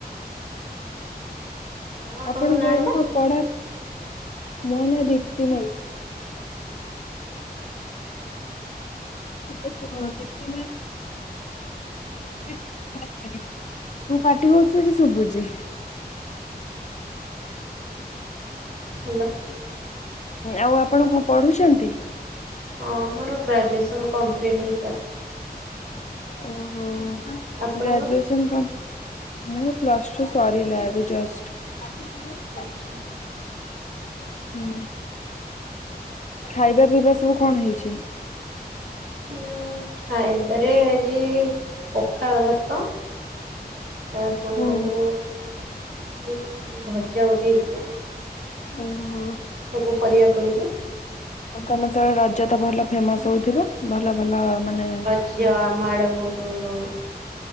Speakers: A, on the right; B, on the left.
A: ଆଉ
B: ଆପଣଙ୍କ
A: ନାଁ
B: ଏବେ
A: ଟା?
B: କଣ ପଢା, ମୋ ନା ଦୀପ୍ତିମୟୀ। ଠିକ ଅଛି <unintelligible> ତୁ ପାଟି କରୁଛୁ ସେ ଶୁଭୁଛି।
A: ହ୍ୟାଲୋ
B: ଆଉ ଆପଣ କଣ ପଢୁଛନ୍ତି?
A: ହଁ ମୋର ଗ୍ରାଜୁଏସନ୍ କମ୍ପ୍ଲିଟ୍ ହେଇସାରିଛି।
B: ଓହୋ
A: ଆପଣଙ୍କର?
B: ଗ୍ରାଜୁଏସନ ପ୍ଲସ୍ ଟୁ ସରିଲା ଏବେ ଜଷ୍ଟ। <inaudible>
A: ଆଛା।
B: ହୁଁ। ଖାଇବା ପିଇବା ସବୁ କଣ ହେଇଛି?
A: ହଁ ଖାଇବାରେ ଆଜି ପଖାଳ ଭାତ ତା ସାଙ୍ଗକୁ
B: ଓହୋ।
A: ମି ଭଜା ଗୋଟେ। ହେଇଥିଲା
B: ଓ ହୋ।
A: ସବୁ ପରିବା ପଡ଼ିକି।
B: ଆ ତମ ସେପଟେ ରଜ ତ ଭଲ ଫେମସ ହଉଥିବ। ଭଲ ଭଲ ମାନେ
A: ଜ ଆମ ଆଡେ ବହୁତ ଭଲ ହୁଏ।